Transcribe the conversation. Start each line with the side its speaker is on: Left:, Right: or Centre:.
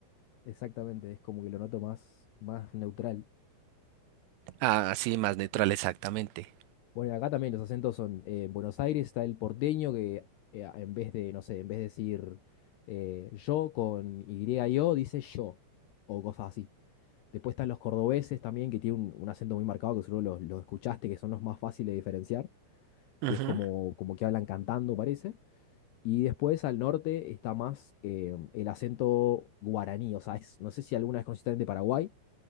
Left: Exactamente, es como que lo noto más, más neutral.
Right: Ah, sí, más neutral, exactamente.
Left: Bueno, y acá también los acentos son, eh, en Buenos Aires está el porteño que eh, a- en vez de, no sé, en vez de decir eh, yo con Y-O, dice yo, o cosas así. Después están los cordobeses también, que tienen un, un acento muy marcado, que seguro los, los escuchaste, que son los más fáciles de diferenciar,
Right: Ujú,
Left: que es como, como que hablan cantando, parece. Y después al norte está más eh, el acento guaraní, o sea, es- no sé si alguna vez conociste también de Paraguay,